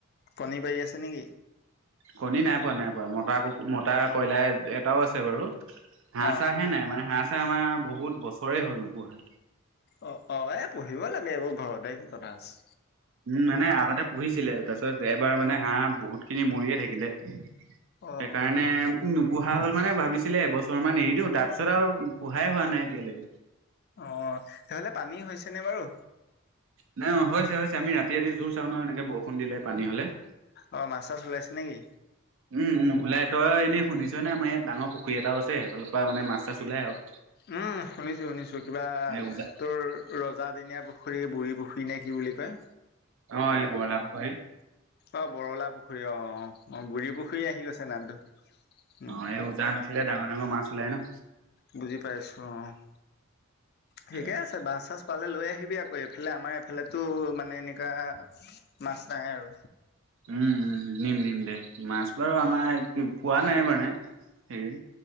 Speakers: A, on the left; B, on the right.
A: কণী পাৰী আছে নেকি।
B: কণী নাই পোৱা নাই পোৱা মতা কুমতা কয়লাৰ এটাও আছে বাৰু হাঁহ
A: অ',
B: চাহহে নাই মানে হাঁহ চাহ আমাৰ বহুত বছৰে হ'ল নোপো়হা।
A: অ', অ', এ পঢ়িব লাগে মোৰ ঘৰতে কি কথা আছে।
B: উ মানে আগতে পুহিছিলে তাৰপিছত এবাৰ মানে হাঁহ বহুত খিনি মৰিয়ে থাকিলে।
A: অ',
B: সেইকাৰণে
A: অ'।
B: নোপোহা হ'ল। মানে ভাবিছিলে এবছৰ মান এৰি দিওঁ তাৰপিছত আৰু পোঢ়াই হোৱা নাই এতিয়ালৈকে।
A: অ', সেইহলে পানী হৈছে নে বাৰু।
B: নাই অ', হৈছে হৈছে আমি ৰাতি ৰাতি জোৰ চাওঁ ন' এনেকে বৰষুণ দিলে পানী হ'লে।
A: অ', মাছ চাছ ওলাইছে নেকি?
B: উম, উম ওলাই, তই এনেই শুনিছ নে আমাৰ ইয়াত ডাঙৰ পুখুৰী এটাও আছে সেইফালৰ পৰা মানে মাছ চাছ ওলাই আৰু।
A: উম শুনিছো শুনিছো কিবা
B: এই উজা
A: তোৰ ৰজ ৰজাদিনীয়া পুখুৰী বুঢ়ী পুখুৰী নে কি বুলি কয়?
B: হয় এই বল আাব ক
A: অ', বৰলা পুখুৰী অ', অ', অ', গুৰি পুখুৰী আহি গৈছে নামটো। উম,
B: অ', এ উজান উথে। ডাঙৰ মাছ ওলাই ন'।
A: বুজি পাইছো অ' ঠিকে
B: এ
A: আছে মাছ চাছ পালে লৈ আহিব। <unintelligible> ক এইফালে আমাৰ এইফালেতো মানে এনেকুৱা মাছ নাই আৰু।
B: উম উম, নিম নিম দে মাছ বাৰু আমাৰ খোৱা নাই মানে সেই